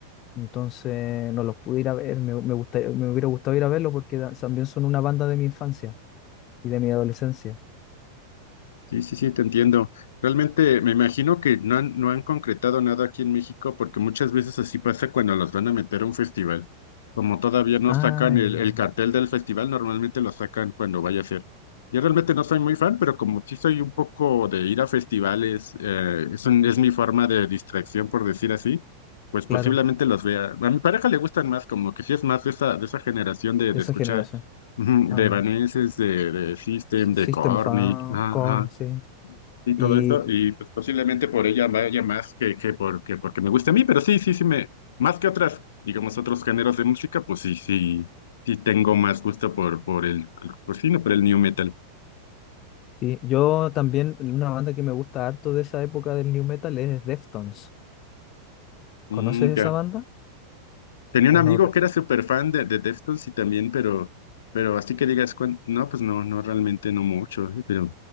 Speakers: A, on the left; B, on the left.
A: Entonces no los pude ir a ver, me, me gustaría- me hubiera gustado ir a verlos porque da- también son una banda de mi infancia y de mi adolescencia.
B: Sí, sí, sí, te entiendo. Realmente me imagino que no han, no han concretado nada aquí en México porque muchas veces así pasa cuando los van a meter a un festival. Como todavía no
A: Ah,
B: sacan el,
A: ya.
B: el cartel del festival, normalmente lo sacan cuando vaya a ser. Yo realmente no soy muy fan, pero como sí soy un poco de ir a festivales, eh, es, un- es mi forma de distracción, por decir así, pues
A: Claro.
B: posiblemente los vea. A mi pareja le gustan más, como que sí es más de esa, de esa generación de,
A: de
B: de
A: esa
B: escuchar,
A: generación.
B: ujú,
A: Ah,
B: de
A: ya.
B: Evanescence, de, de System,
A: Sí, System
B: de Korn,
A: of a
B: y- ajá,
A: Corn,
B: ajá.
A: sí.
B: Y
A: Y,
B: todo eso, y pues posiblemente por ella vaya más que, que, porque porque me guste a mí, pero sí, sí, sí, me, más que otras, digamos, otros géneros de música, pues sí, sí, sí tengo más gusto por, por el, por, sí, no, por el new metal.
A: y yo también, una banda que me gusta harto de esa época del new metal es Deftones.
B: Mm,
A: ¿Conoces esa
B: ya.
A: banda?
B: Tenía
A: ¿O
B: un amigo
A: no? te-
B: que era súper fan de, de Deftones y también, pero, pero así que digas, cuán- no, pues no, no, realmente no mucho, eh, pero